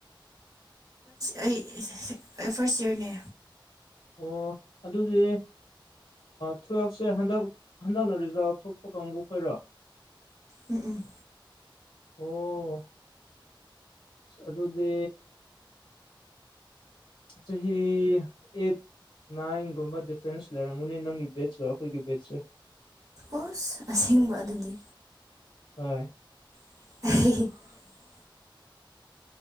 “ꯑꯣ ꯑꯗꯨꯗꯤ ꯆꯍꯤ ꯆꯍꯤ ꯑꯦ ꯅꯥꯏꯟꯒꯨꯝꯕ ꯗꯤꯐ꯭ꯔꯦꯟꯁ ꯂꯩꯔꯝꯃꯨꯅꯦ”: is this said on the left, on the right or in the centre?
Left